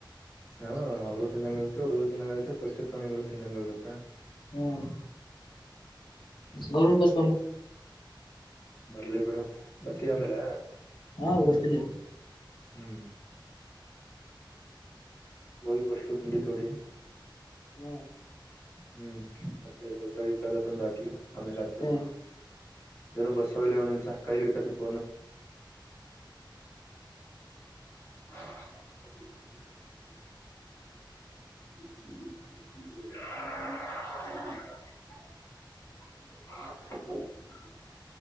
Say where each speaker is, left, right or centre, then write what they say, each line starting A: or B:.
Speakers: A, on the left (about 30°); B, on the left (about 65°).
A: ಹ ಅವರು ತಿಂದಂಗ ಆಗುತ್ತೆ ಹುಡುಗರು ತಿಂದಂಗ ಆಗುತ್ತೆ ಪಕ್ಷಿ ಪ್ರಾಣಿಗಳು ತಿಂದಂಗ ಆಗುತ್ತೆ
B: ಹ್ಮ್ ಗೋಲ್ ಗುಂಬಜ್
A: ಬರ್ಲಿ ಬಿಡು ಬತ್ತೀ ಆಮೇಲೆ
B: ಹಾ ಹೊರ್ತೀನಿ
A: ಹ್ಮ್ ಹೋಗಿ ಪಷ್ಟು ಗುಂಡಿ ತೋಡಿ
B: ಹ್ಮ್
A: ಹ್ಮ್ ಮತ್ತೆ ಬಲ್ಲ ತೊಂದು ಹಾಕಿವ ಆಮೇಲೆ ಹಾಕ್ಬೇಕು
B: ಹ್ಮ್
A: ಜರೋ ಬಸ್ ಹೋಗ್ಲಿ ನಿಮ್ಸ ಕೈಲಿ ಇಡ್ಕತ್ ನೀ ಪೋನ್ನ <unintelligible> <unintelligible>